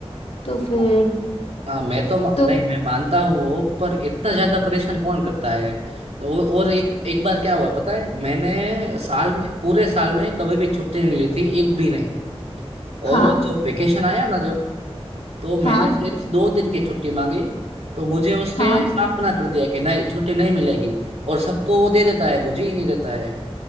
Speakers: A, on the left (about 75°); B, on the right (about 90°).
A: तो फिर
B: हाँ, हाँ मैं तो मा-
A: तो
B: नहीं मैं मानता हूँ वो पर इतना ज्यादा परेशान कौन करता है तो वो- और एक एक बार क्या हुआ पता है मैंने साल में पूरे साल में कभी भी छुट्टी नहीं ली थी एक भी नहीं
A: हाँ
B: और जब वेकेशन आया ना जब तो मैंने
A: हाँ
B: सिर्फ दो दिन की छुट्टी मांगी तो मुझे उसने
A: हाँ
B: साफ मना कर दिया कि नहीं छुट्टी नहीं मिलेगी और सबको वो दे देता है मुझे ही नहीं देता है